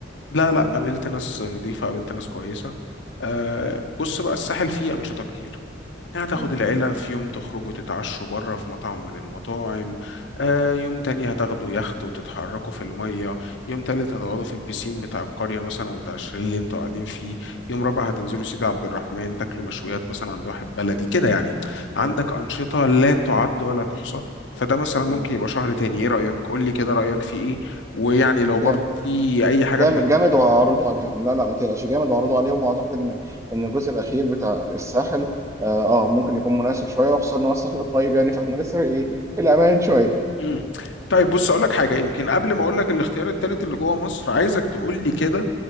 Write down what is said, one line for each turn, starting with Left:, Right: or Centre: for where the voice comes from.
Left: لا لا
Right: مم.
Left: قابلت ناس نظيفة قابلت ناس كويسة أه بص بقى الساحل فيه أنشطة كتير يعني هتاخد
Right: مم. مم.
Left: العيلة في يوم تخرجوا تتعشوا بره في مطعم من المطاعم أه يوم تاني هتاخدوا يخت وتتحركوا في المية يوم تالت هتقعدوا في البيسين بتاع القرية مثلا أو بتاع الشاليه اللي انتوا قاعدين فيه يوم رابع هتنزلوا سيدي عبد الرحمن تاكلوا مشويات
Right: مم.
Left: مثلا عند واحد بلدي كده يعني
Right: مم.
Left: عندك أنشطة لا تعد ولا تحصى فده مثلا ممكن
Right: مم.
Left: يبقى شهر تاني ايه رأيك قول لي كده رأيك في ايه ويعني لو
Right: جامد
Left: برضه في اي حاجة
Right: جامد
Left: من
Right: جامد وهعرضه عليهم لا لا ما تقلقش جامد وهعرضه عليهم واعتقد ان ان الجزء الاخير بتاع الساحل اه آه، ممكن يكون مناسب شويه وخصوصا ان هو الساحل الطيب يعني فاحنا لسه في ايه في الامان شويه
Left: مم. طيب بص اقول لك حاجه يمكن قبل ما اقول لك الاختيار التالت اللي جوه مصر عايزك تقول لي كده